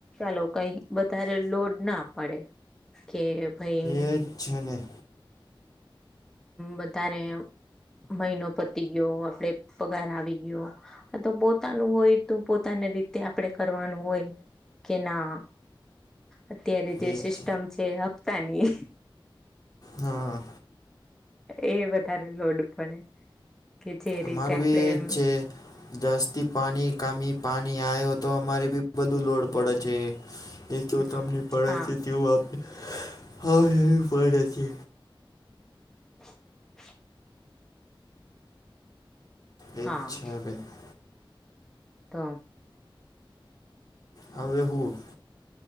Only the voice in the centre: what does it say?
<unintelligible> કઈ વધારે લોડ ના પડે કે ભાઈ
વધારે મહિનો પતી ગયો આપડે પગાર આવી ગયો આ તો પોતાનું હોય તો પોતાને રીતે આપડે કરવાનું હોય. કે ના અત્યારે જે
સિસ્ટમ
છે હપ્તાની
એ વધારે લોડ પડે કે જે
રીતે આપણેે
એમ
હમ
હા
<unintelligible>
હા
<inaudible>